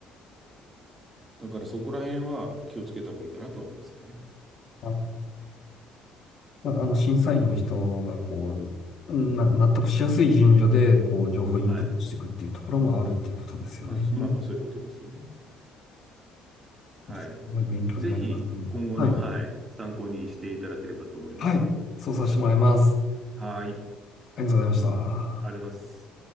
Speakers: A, on the right (about 30°); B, on the left (about 55°).
A: だからそこら辺は気をつけた方がいいかなと思いますけどね。
B: ああの審査員の人が、こう、な、納得しやすい順序で、こう、情報をインプットしていくっていうところもあるっていうことですよね。
A: はい。まあ、まあまあそういうことですね。はい。
B: すごい勉強になりますね。
A: ぜひ今後の、
B: はい。
A: はい、参考にしていただければと思います。
B: はい。そうさせてもらいます。
A: はーい、
B: ありがとうございました。
A: あります。